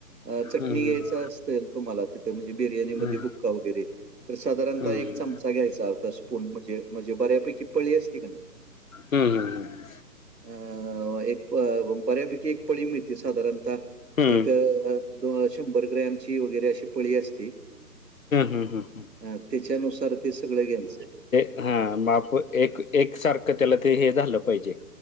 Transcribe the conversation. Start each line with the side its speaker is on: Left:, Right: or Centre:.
Right: अ चटणी
Left: हं
Right: घ्यायच- सेल तुम्हाला. तिथं म्हणजे बिर्याणीमध्ये
Left: हं
Right: <unintelligible> वगैरे तर साधारणः
Left: हं हं
Right: एक चमचा घ्यायचा अव - पण म्हणजे, म्हणजे बऱ्यापैकी पळी असते का नाही?
Left: हम्म हम् हम.
Right: अ एक बऱ्यापैकी एक पळी मिळते साधारणत
Left: हं
Right: एक, दोन शंभर ग्रॅम ची वगरे अशी पळी असती
Left: हं हं हं
Right: त्याच्यानुसार ते सगळ घ्यायचं
Left: हा माप एक, एक सारखं त्याला ते हे झालं पाहिजे